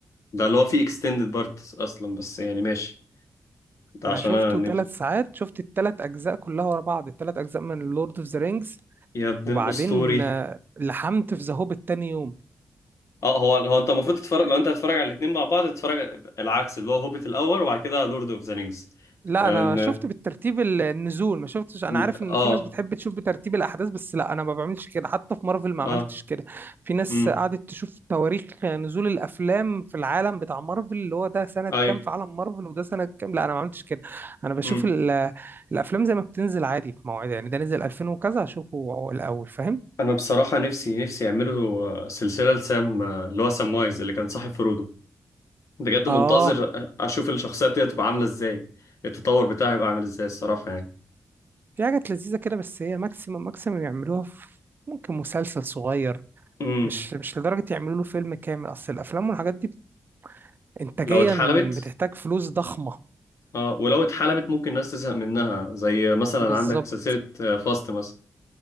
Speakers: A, on the left (about 65°); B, on the right (about 40°).
A: ده اللي هو فيه اكستندد بارت اصلا بس يعني ماشي ده
B: انا
A: عشان
B: شفته
A: انا نر-
B: ثلاث ساعات شفت الثلاث اجزاء كلها ورا بعض الثلاث اجزاء من لورد اوف ذا رينجز
A: يا ابن
B: وبعدين
A: الاسطوري
B: آه، لحمت في ذا هوبيت تاني يوم
A: اه هو هو انت المفروض تتفرج لو انت هتتفرج على الاتنين مع بعض تتفرج على- العكس اللي هو هوبيت الاول وبعد كده لورد اوف ذا رينجز
B: لا
A: ان
B: انا شفت بالترتيب ال- النزول ما شفتش انا
A: إن-
B: عارف ان
A: اه
B: في ناس بتحب تشوف بترتيب الاحداث بس لا انا ما بعملش كده حتى في مارفل ما عملتش
A: اه
B: كده في ناس
A: امم
B: قعدت تشوف تواريخ نزول الافلام في العالم بتاع مارفل اللي هو ده سنة
A: ايوه
B: كام في عالم مارفل وده سنة كام لا انا ما عملتش كده انا بشوف
A: امم
B: ال- الافلام زي ما بتنزل عادي في مواعيدها يعني ده نزل 2000 وكذا هشوفه الاول فاهم
A: انا بصراحة نفسي نفسي يعملوا آه، سلسلة لسام آه، اللي هو سام وايز اللي كان صاحب فرودو بجد
B: اه
A: منتظر اشوف الشخصية دي تبقى عاملة ازاي التطور بتاعها هيبقى عامل ازاي الصراحة
B: في حاجات لذيذة كده بس هي ماكسيمم ماكسيمم يعملوها في ممكن مسلسل صغير
A: يعني
B: مش مش لدرجة يعملوا له فيلم كامل أصل الأفلام والحاجات دي إنتاجيا
A: لو اتحلبت
B: بتحتاج فلوس ضخمة
A: اه ولو اتحلبت ممكن الناس تزهق منها زي مثلا
B: بالظبط
A: عندك سلسلة آه، فاست مثلا